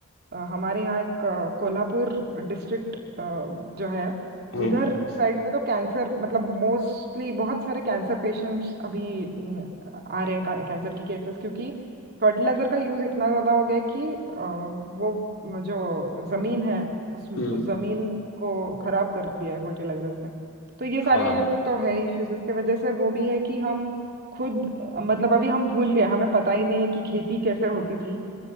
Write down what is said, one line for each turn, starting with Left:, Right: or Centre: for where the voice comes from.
Right: अ, हमारे यहाँ एक अ, कोल्हापुर डिस्ट्रिक्ट जो है
Left: हम्म
Right: उधर साइड पे तो कैंसर मतलब मोस्टली बहुत सारे कैंसर पेशेंट्स अभी म, आ रहे हैं कैंसर की केसेस क्योंकि फर्टिलाइजर का यूज इतना ज्यादा हो गया है कि अ, वो म, जो जमीन है उस उस
Left: हम्म
Right: जमीन को खराब कर दिया है फर्टिलाइजर्स ने तो ये सारे
Left: हाँ
Right: तो है इश्यूज इसके वजह से वो भी है कि हम खुद मतलब अभी हम भूल गए हमें पता ही नहीं है कि खेती कैसे होती थी